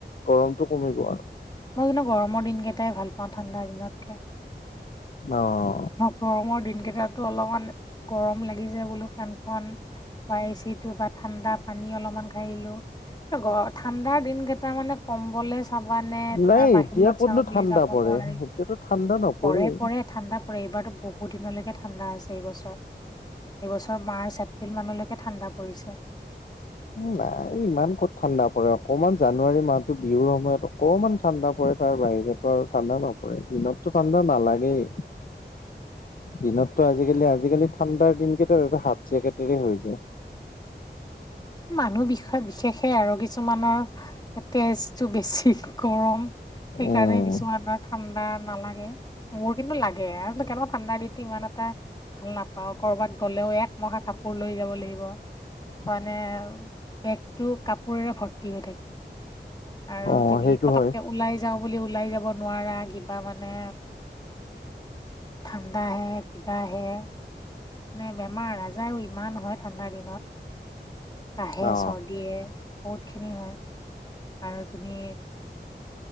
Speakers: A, on the left (about 50°); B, on the left (about 25°).
A: গৰমটো কমিব আৰু
B: মই কিন্তু গৰমৰ দিনকেইটাই ভাল পাওঁ ঠাণ্ডাৰ দিনতকে।
A: অ অ, অহ।
B: অ গৰমৰ দিনকেইটাতো অলপমান গৰম লাগিছে বোলো ফেনখন বা এচি টো বা ঠাণ্ডা পানী অলপমান খাই আহিলো। এ গৰ ঠাণ্ডাৰ দিন কেইটা মানে কম্বলে চাবা নে তোমাৰ
A: নাই
B: বাহিৰত
A: এতিয়া ক'তনো
B: চাওঁ বুলি
A: ঠাণ্ডা
B: যাব
A: পৰে
B: নোৱাৰি
A: এতিয়াতো ঠাণ্ডা নপৰেই
B: পৰে পৰে ঠাণ্ডা পৰে এইবাৰতো বহুত দিনলৈকে ঠাণ্ডা আছে এইবছৰ। এইবছৰ মাৰ্চ এপ্ৰিল মানলৈকে ঠাণ্ডা পৰিছে।
A: উ নাই ইমান ক'ত ঠাণ্ডা পৰে অকমান জানুৱাৰী মাহতো বিহুৰ সময়ত অকমান ঠাণ্ডা পৰে তাৰ বাহিৰেতো আৰু ঠাণ্ডা নপৰে দিনততো ঠাণ্ডা নালাগেই।
B: <inaudible>
A: দিনততো আজিকালি আজিকালি ঠাণ্ডাৰ দিনকেইটা এ হাফ জেকেটেৰে হৈ যায়।
B: মানুহ বিষয়ে বিশেষে আৰু কিছুমানৰ হা হা। এ তেজটো বেছি হি গৰম সেইকাৰণে
A: উম
B: কিছুমানৰ ঠাণ্ডা নালাগে। মোৰ কিন্তু লাগে আৰু কেনেকুৱা ঠাণ্ডা দিনটো ইমান এটা ভাল নাপাওঁ কৰবাত গ'লেও একমহা কাপোৰ লৈ যাব লাগিব।
A: উ চু।
B: মানে এ এ ও ও বেগটো কাপোৰেৰে ভৰ্তি হৈ থাকে। আৰু
A: অ
B: তুমি
A: সেইটো
B: পতককে
A: হয়
B: ওলাই যাওঁ বুলি ওলাই যাব নোৱাৰা কিবা মানে ঠাণ্ডা আহে কিবা আহে নে বেমাৰ-আজাৰো ইমান হয় ঠাণ্ডাৰ দিনত। কাঁহে
A: অ
B: চৰ্দিয়ে বহুতখিনি হয় আৰু তুমি